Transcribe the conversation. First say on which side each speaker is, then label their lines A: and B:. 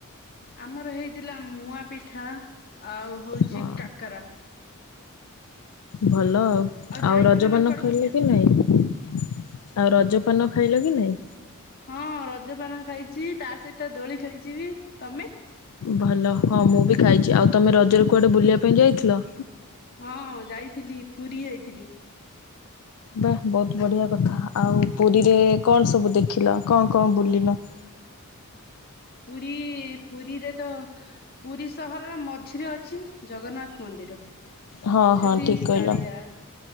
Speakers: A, on the left; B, on the left.
A: ଆମର ହେଇଥିଲା ମୁଆ ପିଠା ଆଉ ହୋଉଛି
B: ହଁ
A: <unintelligible>
B: ଭଲ ଆଉ। ଆଉ
A: ଯାଇଥିଲ
B: ରଜପାନ
A: ନା କୁଆଡେ
B: ଖାଇଲ
A: ବୁଲିବାକୁ
B: କି ନାଇଁ, ଆଉ ରଜପାନ ଖାଇଲ କି ନାଇଁ।
A: ହଁ ରଜପାନ ଖାଇଚି ତା ସହିତ ଦୋଳି ଖେଳିଚି ବି ତମେ।
B: ଭଲ ହଁ ମୁଁ ବି ଖାଇଛି ଆଉ ତମେ ରଜରେ କୁଆଡେ ବୁଲିବା ପାଇଁ ଯାଇଥିଲ?
A: ହଁ ଯାଇଥିଲି ପୁରୀ ଯାଇଥିଲି।
B: ବା ବୋହୁତ ବଢିଆ କଥା, ଆଉ ପୁରୀରେ କଣ ସବୁ ଦେଖିଲ କଁ କଁ ବୁଲିଲ?
A: ପୁରୀ ପୁରୀରେ ତ ପୁରୀ ସହରର ମଝିରେ ଅଛି ଜଗନ୍ନାଥ ମନ୍ଦିର।
B: ହଁ
A: ସେଠି
B: ହଁ ଠିକ କହିଲ
A: କାଳିଆ